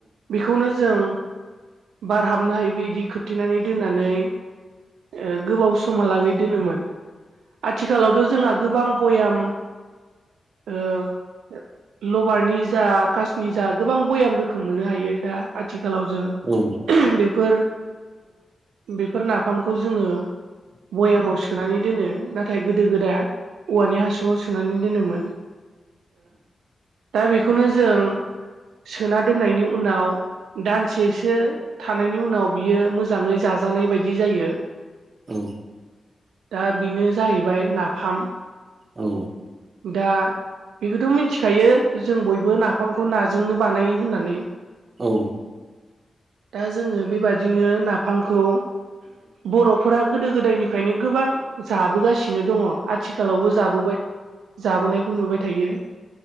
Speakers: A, on the right; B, on the right.
A: बेखौनो जों बार हाबनो हायो बिदि खोबथेनानै दोननानै गोबाव समा लागै दोनोमोन आथिखालावथ' जोंहा गोबां भयाम अ लबारनि जा कासनि जा गोबां बयाम रोखोम मोननो हायो दा आथिखालाव जों
B: औ
A: बेफोर बेफोर नाफामखौ जोंङो भयामाव सोनानै दोनो नाथाय गोदो गोदाय औवानि हासुंङाव सोनानै दोनोमोन। दा बेखौनो जों सोना दोननायनि उनाव दानसेसो थानायनि उनाव बियो मोजांङै जाजानाय बायदि जायो।
B: औ
A: दा बेनो जाहैबाय नाफाम
B: औ
A: दा बेखौथ' मिथिखायो जों बयबो नाफामखौ नाजोंनो बानायो होननानै
B: औ
A: दा जोङो बेबादिनो नाफामखौ बर'फोरा गोदो गोदायनिफ्रायनो गोबां जाबोगासिनो दङ आथिखालावबो जाबोबाय जाबोनायखौ नुबाय थायो